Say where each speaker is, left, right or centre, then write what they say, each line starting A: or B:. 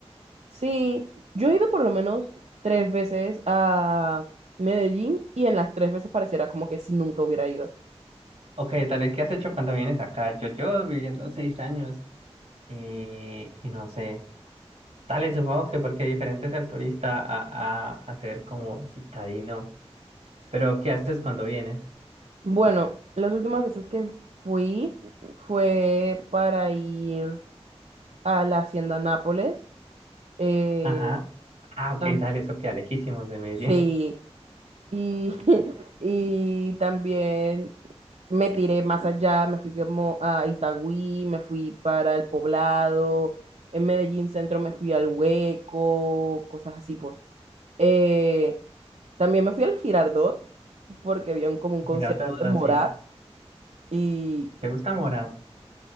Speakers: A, on the right (about 85°); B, on the right (about 70°).
A: Sí, yo he ido por lo menos tres veces a Medellín y en las tres veces pareciera como que si nunca hubiera ido.
B: Ok, dale, ¿qué has hecho cuando vienes acá? Yo, yo viviendo seis años y, y no sé. Dale, supongo que porque diferente es ser turista a, a, a ser como citadino. Pero, ¿qué haces cuando vienes?
A: Bueno, las últimas veces que fui fue para ir a la Hacienda Nápoles. eh,
B: Ajá. Ah, ok,
A: tam-
B: dale, eso queda lejísimos de Medellín.
A: sí, y, <laughs> y también me tiré más allá, me fui como a Itagüí, me fui para el Poblado, en Medellín Centro me fui al Hueco, cosas así, pues. Eh, también me fui al Girardot porque había un- como un
B: <laughs>
A: concierto
B: tata,
A: de Morat.
B: sí.
A: Y
B: ¿Te gusta Morat? <laughs>